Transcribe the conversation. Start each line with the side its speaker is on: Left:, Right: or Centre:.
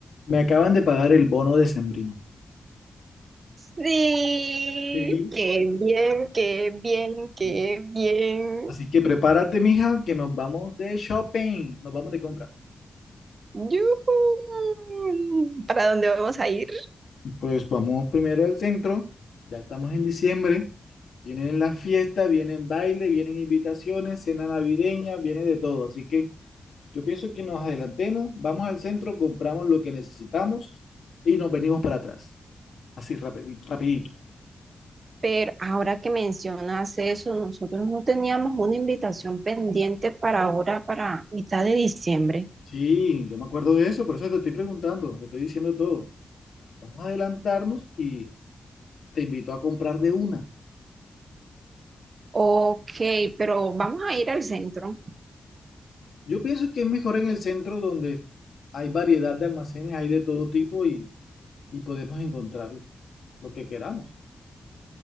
Left: Me acaban de pagar el bono decembrino.
Right: Sí,
Left: Sí,
Right: qué bien, qué bien, qué
Left: sí.
Right: bien.
Left: Así que prepárate, mija, que nos vamos de shopping, nos vamos de compra.
Right: ¡Yujú! ¿Para dónde vamos a ir?
Left: Pues vamos primero al centro, ya estamos en diciembre, vienen las fiestas, vienen baile, vienen invitaciones, cena navideña, viene de todo. Así que yo pienso que nos adelantemos, vamos al centro, compramos lo que necesitamos y nos venimos para atrás, así rapidi- rapidito.
Right: Pero ahora que mencionas eso, nosotros no teníamos una invitación pendiente para ahora, para mitad de diciembre.
Left: Sí, yo me acuerdo de eso, por eso te estoy preguntando, te estoy diciendo todo. Vamos a adelantarnos y te invito a comprar de una.
Right: Ok, pero vamos a ir al centro,
Left: Yo pienso que es mejor en el centro donde hay variedad de almacenes, hay de todo tipo y, y podemos encontrarlo lo que queramos.